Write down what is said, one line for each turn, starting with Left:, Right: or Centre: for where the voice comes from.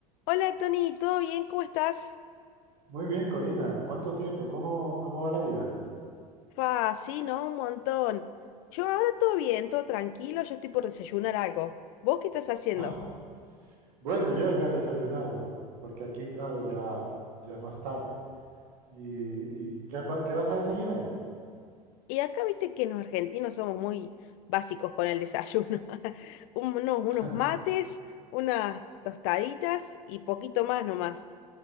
Left: Hola Tony, ¿todo bien? ¿Cómo estás?
Right: Muy bien, Corina. ¿Cuánto tiempo? ¿Cómo, cómo va la vida?
Left: Fa, sí, ¿no? Un montón. Yo ahora todo bien, todo tranquilo, yo estoy por desayunar algo. ¿Vos qué estás haciendo?
Right: Ah, bueno, yo ya he desayunado, porque aquí, claro, ya, ya es más tarde. ¿Y, y qué, pa- qué vas a desayunar?
Left: Y acá viste que los argentinos somos muy básicos con el desayuno. <laughs> Unos, unos
Right: <laughs>
Left: mates, unas tostaditas y poquito más nomás.